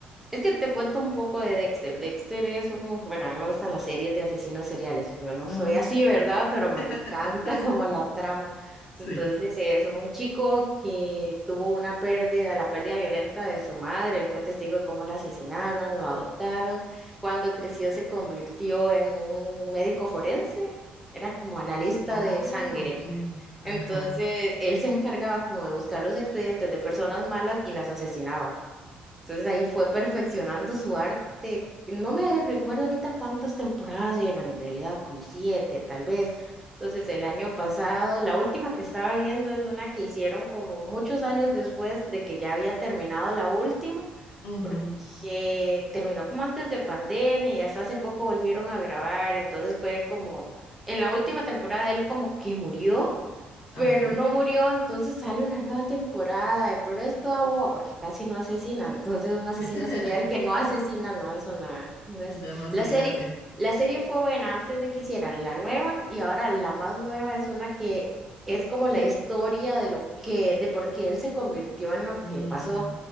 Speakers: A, in the centre; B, on the left.
A: Es que te cuento un poco de Dexter. Dexter es un, bueno, a mí me gustan las series de asesinos seriales. Yo no
B: mm,
A: soy así, ¿verdad? Pero me
B: <laughs>
A: encanta <laughs> como la trama.
B: sí.
A: Entonces es un chico que tuvo una pérdida, la pérdida violenta de su madre. Él fue testigo de cómo la asesinaron, lo adoptaron. Cuando creció se convirtió en un médico forense. Era como analista
B: Ah,
A: de sangre.
B: ok. Ajá.
A: Entonces él se encargaba como de buscar los expedientes de personas malas y las asesinaba. Entonces ahí fue perfeccionando su arte. No me recuerdo ahorita cuántas temporadas eran, en realidad como siete, tal vez. Entonces el año pasado, la última que estaba viendo es una que hicieron como muchos años después de que ya había terminado la última,
B: Ujú.
A: porque terminó como antes de pandemia y hasta hace poco volvieron a grabar. Entonces fue como, en la última temporada él como que murió
B: Ah,
A: pero
B: ok.
A: no murió, entonces sale una nueva temporada, de- pero es toda boba porque casi no asesina, entonces un asesino
B: <laughs>
A: serial que no asesina no es una, no es
B: Ya no hace
A: la serie,
B: gracia.
A: la serie fue buena antes de que hicieran la nueva y ahora la más nueva es una que es como la historia de lo que, de por qué él se convirtió en lo que
B: Ujú,
A: pasó,